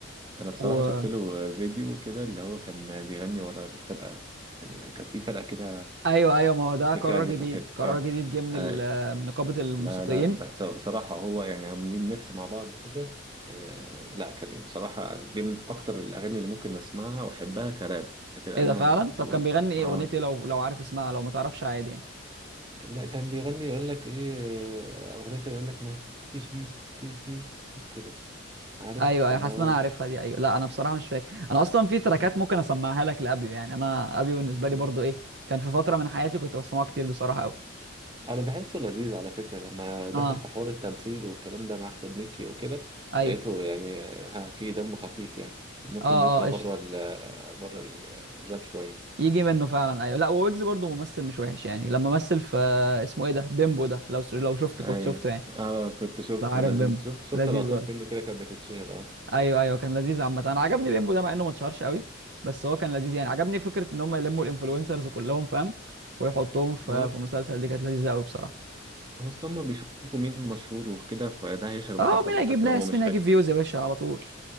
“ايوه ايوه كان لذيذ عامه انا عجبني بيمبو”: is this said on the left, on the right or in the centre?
Right